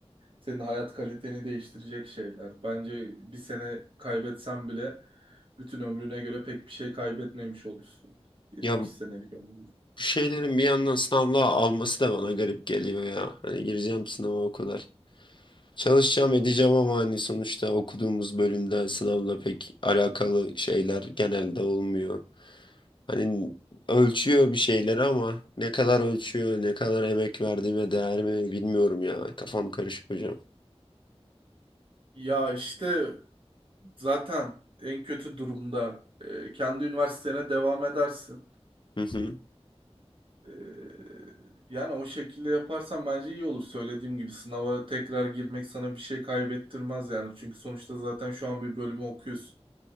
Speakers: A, on the right; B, on the left.
A: Senin hayat kaliteni değiştirecek şeyler. Bence bir sene kaybetsen bile bütün ömrüne göre pek bir şey kaybetmemiş olursun. 70
B: Ya bu
A: senelik ömründe.
B: bu şeylerin bir yandan sınavla alması da bana garip geliyor ya. Hani gireceğim sınava o kadar. Çalışacağım
A: Hı.
B: edeceğim ama hani sonuçta okuduğumuz bölümde sınavla pek alakalı şeyler genelde olmuyor. Hani ölçüyor bir şeyleri ama ne kadar ölçüyor, ne kadar emek verdiğime değer mi bilmiyorum ya. Kafam karışık hocam.
A: Ya işte zaten en kötü durumda e, kendi üniversitene devam edersin.
B: Hı hı.
A: E, yani o şekilde yaparsan bence iyi olur. Söylediğim gibi sınava tekrar girmek sana bir şey kaybettirmez yani. Çünkü sonuçta zaten şu an bir bölümü okuyorsun.